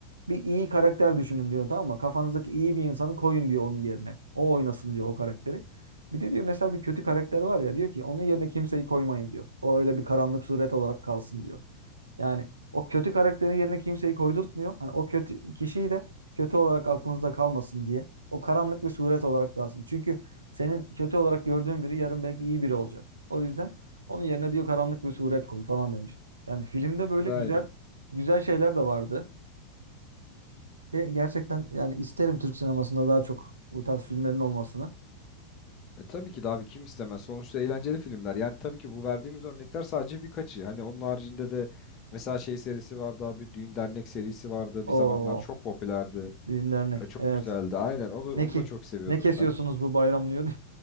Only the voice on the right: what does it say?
bir iyi karakter düşünün diyor tamam mı? Kafanızdaki iyi bir insanı koyun diyor onun yerine. O oynasın diyor o karakteri. Bir de diyor mesela bir kötü karakter var ya diyor ki onun yerine kimseyi koymayın diyor. O öyle bir karanlık suret olarak kalsın diyor. Yani o kötü karakterin yerine kimseyi koydurtmuyor. Hani o kötü kişiyi de kötü olarak aklınızda kalmasın diye. O karanlık bir suret olarak kalsın. Çünkü senin kötü olarak gördüğün biri yarın belki iyi biri olacak. O yüzden onun yerine diyor karanlık bir suret koy falan demiş. Yani filmde böyle
güzel güzel şeyler de vardı. Ve gerçekten yani isterim Türk sinemasında daha çok bu tarz filmlerin olmasını.
O
düğün dernek.
Evet.
Ne
ki?
Ne kesiyorsunuz
bu bayram diyor.